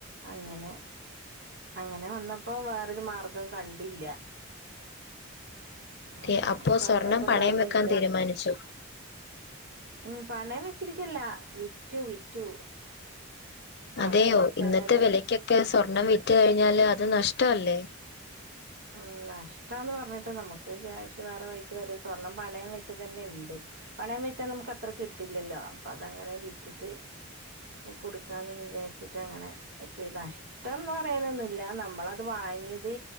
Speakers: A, on the right (about 55°); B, on the left (about 50°).
A: അങ്ങനെ അങ്ങനെ വന്നപ്പോ വേറൊരു മാർഗം കണ്ടില്ല അപ്പം
B: ഏ, അപ്പോ
A: സ്വർണ്ണപ്പന്
B: സ്വർണം പണയം
A: വെലേണ്ടല്ലേ
B: വെക്കാൻ തീരുമാനിച്ചു
A: ഉം പണയം വെച്ചിരിക്കല്ല വിറ്റു വിറ്റു പണയം
B: അതെയോ
A: വെച്ചാല്
B: ഇന്നത്തെ
A: അതെടു
B: വിലക്കൊക്കെ സ്വർണം
A: ഉം
B: വിറ്റ് കഴിഞ്ഞാല് അത് നഷ്ടം അല്ലേ
A: ഉ നഷ്ടന്ന് പറഞ്ഞിട്ട് നമുക്ക് ക്യാഷ് വേറെ വഴിക്ക് വര സ്വർണം പണയം വെച്ച തന്നെ ഉണ്ട് പണയം വെച്ചാ നമുക്ക് അത്ര കിട്ടില്ലല്ലോ അപ്പൊ അതങ്ങനെ വിറ്റിട്ട് കൊടുക്കാന്ന് വിചാരിച്ചിട്ട് അങ്ങനെ ചെയ്ത നഷ്ടം ടേന്ന് പറയാനൊന്നുമില്ല നമ്മളത് വാങ്ങിയത്